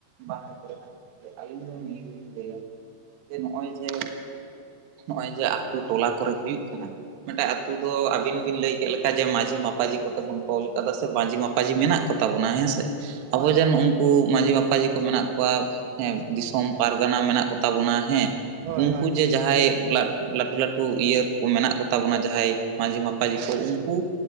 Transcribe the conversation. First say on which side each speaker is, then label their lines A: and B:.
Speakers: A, on the right; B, on the right.
A: ᱵᱟᱦᱨᱮ ᱠᱚᱨᱮᱱᱟᱜ ᱟᱹᱞᱤᱧ ᱫᱚ ᱱᱤᱭᱟᱹ ᱜᱮᱞᱤᱧ ᱞᱟᱹᱭᱟ ᱡᱮ ᱱᱚᱸᱜᱼᱚᱭ ᱡᱮ ᱱᱚᱸᱜᱼᱚᱭ ᱡᱮ ᱟᱛᱳ ᱴᱚᱞᱟ ᱠᱚᱨᱮ ᱦᱩᱭᱩᱜ ᱠᱟᱱᱟ ᱢᱮᱴᱮᱜ ᱟᱛᱩ ᱫᱚ ᱟᱵᱤᱱ ᱵᱤᱱ ᱞᱮᱭ ᱠᱮᱜ ᱞᱮᱠᱟ ᱡᱮ ᱢᱟᱺᱡᱷᱤ ᱢᱟᱯᱟᱡᱷᱤ ᱠᱚᱛᱮ ᱵᱚᱱ ᱛᱚᱞ ᱠᱟᱫᱟ ᱥᱮ ᱢᱟᱺᱡᱷᱤ ᱢᱟᱯᱟᱡᱷᱤ ᱢᱮᱱᱟᱜ ᱠᱚᱛᱟ ᱵᱚᱱᱟ ᱦᱮᱸᱥᱮ
B: ᱦᱳᱭ
A: ᱟᱵᱚ ᱡᱮ ᱱᱩᱝᱠᱩ ᱢᱟᱺᱡᱷᱤ ᱢᱟ ᱡᱷᱤ ᱠᱚ ᱢᱮᱱᱟᱜ ᱠᱚᱣᱟ ᱦᱮ ᱫᱤᱥᱚᱢ ᱯᱟᱨᱜᱟᱱᱟ ᱢᱮᱱᱟᱜ ᱠᱚᱛᱟ ᱵᱚᱱᱟ ᱦᱮᱸ
B: ᱦᱳᱭ
A: ᱩᱝᱠᱩ
B: ᱦᱳᱭ
A: ᱡᱮ ᱡᱟᱸᱦᱟᱸᱭ ᱞᱟ ᱞᱟᱹᱴᱷᱩ ᱞᱟᱹᱴᱷᱩ ᱤᱭᱟᱹ ᱠᱚ ᱢᱮᱱᱟᱜ ᱠᱚ ᱛᱟᱵᱚᱱᱟ ᱡᱟᱸᱦᱟᱸᱭ ᱢᱟᱹᱡᱷᱤ ᱢᱟᱯᱟᱡᱷᱤ ᱠᱚ ᱩᱝᱠᱩ